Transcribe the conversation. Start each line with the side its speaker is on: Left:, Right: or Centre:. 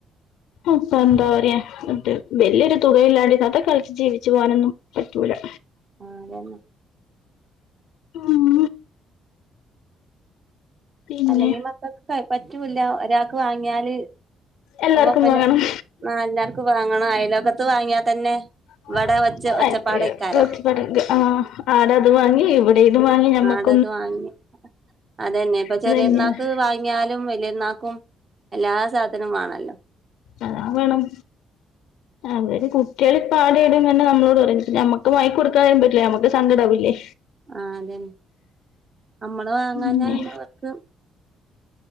Left: അപ്പൊ എന്താ പറയാ <unintelligible> വല്യൊരു തുകയില്ലാണ്ട് ഇന്നത്തെ കാലത്ത് ജീവിച്ച് പോവാനൊന്നും പറ്റൂലാ
Right: ആഹ്‌ അതന്നെ
Left: ഉം പിന്നെ
Right: അല്ലെങ്കി മക്കക്ക് ക പറ്റൂല്ലാ ഒരാക്ക് വാങ്ങിയാല്
Left: എല്ലാർക്കും
Right: അപ്പൊ പിന്നെ
Left: വാങ്ങണം
Right: ആഹ് എല്ലാർക്കും വാങ്ങണം അയലോക്കത്ത് വാങ്ങിയാ തന്നെ
Left: <unintelligible>
Right: ഇവിടെ ഒച്ച ഒച്ചപ്പാടേക്കാരം
Left: ആഹ് ആട അത് വാങ്ങി ഇവിടെ ഇത് വാങ്ങി ഞമ്മക്
Right: ന്നത് വാങ്ങി അതെന്നെ ഇപ്പ
Left: അതന്നെയാണ്
Right: ചെറിയെര്ന്നാക്ക് വാങ്ങിയാലും വലിയെര്ന്നാക്കും എല്ലാ സാധനോം വാണല്ലോ
Left: അതാ വേണം അവര് കുട്ട്യേള് ഇപ്പ ആടേം ഇടേം കണ്ടാ നമ്മളോട് പറയും ഞമ്മക്ക് വാങ്ങി കൊടുക്കാതേം പറ്റൂലാ ഞമ്മക്ക് സങ്കടാവൂല്ലേ
Right: ആഹ്‌ അതെന്നെ അമ്മള് വാങ്ങാഞ്ഞാ
Left: പിന്നെ
Right: പിന്നവർക്ക്